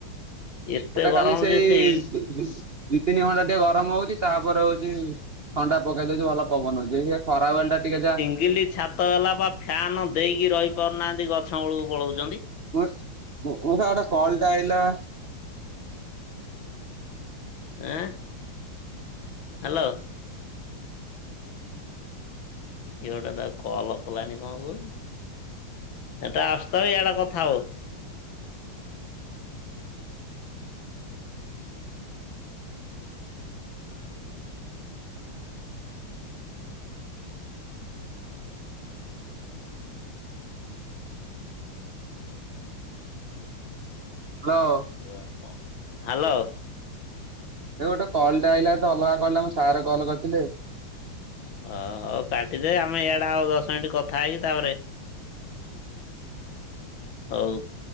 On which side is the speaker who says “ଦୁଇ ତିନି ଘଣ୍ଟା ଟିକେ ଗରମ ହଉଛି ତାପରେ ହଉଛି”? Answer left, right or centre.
Right